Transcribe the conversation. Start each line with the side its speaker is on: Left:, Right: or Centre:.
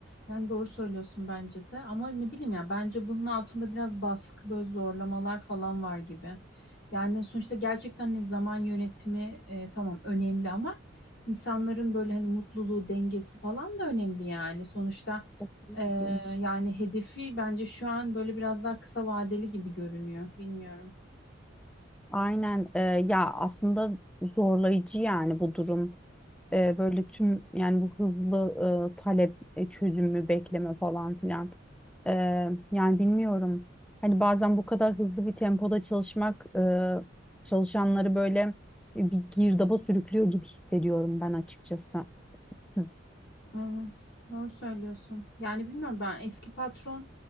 Left: Yani doğru söylüyorsun bence de. Ama ne bileyim ya bence bunun altında biraz baskı, böyle zorlamalar falan var gibi. Yani sonuçta gerçekten hani zaman yönetimi e, tamam önemli ama insanların böyle hani mutluluğu, dengesi falan da önemli yani. Sonuçta
Centre: Kesinlikle.
Left: e, yani hedefi bence şu an böyle biraz daha kısa vadeli gibi görünüyor. Bilmiyorum.
Centre: Aynen e, ya aslında zorlayıcı yani bu durum. e, böyle tüm yani bu hızlı e, talep e, çözümü bekleme falan filan. E, yani bilmiyorum. Hani bazen bu kadar hızlı bir tempoda çalışmak e, çalışanları böyle e, bir girdaba sürüklüyor gibi hissediyorum ben açıkçası. Hı.
Left: Evet, doğru söylüyorsun. Yani bilmiyorum ben eski patron